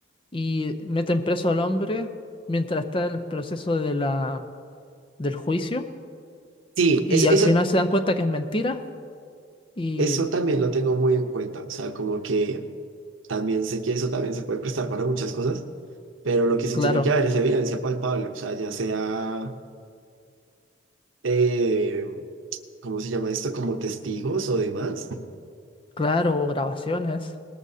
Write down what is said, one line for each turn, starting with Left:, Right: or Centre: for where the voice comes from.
Left: y meten preso al hombre mientras está el proceso de la, del juicio
Right: Sí,
Left: y
Right: eso,
Left: al
Right: eso,
Left: final se dan cuenta que es mentira y
Right: eso también lo tengo muy en cuenta. O sea, como que también sé que eso también se puede prestar para muchas cosas. Pero lo que sí
Left: claro,
Right: tiene que haber es evidencia palpable, o sea, ya sea, eh, ¿cómo se llama esto? Como testigos o demás,
Left: claro, o grabaciones